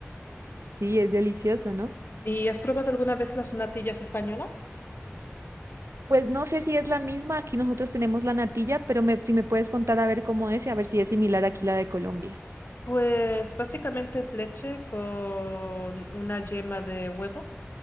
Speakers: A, on the right; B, on the left.
A: Sí, es delicioso, ¿no?
B: ¿Y has probado alguna vez las natillas españolas?
A: Pues no sé si es la misma, aquí nosotros tenemos la natilla, pero me- si me puedes contar a ver cómo es y a ver si es similar aquí la de Colombia.
B: Pues básicamente es leche con una yema de huevo,